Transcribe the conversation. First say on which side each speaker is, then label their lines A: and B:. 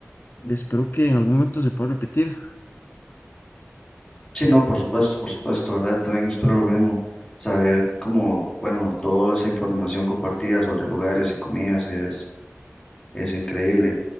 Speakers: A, on the left; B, on the left.
A: Espero que en algún momento se pueda repetir.
B: Sí, no, por supuesto, por supuesto, ¿verdad? También espero lo mismo, saber cómo, bueno, toda esa información compartida sobre lugares y comidas es, es increíble,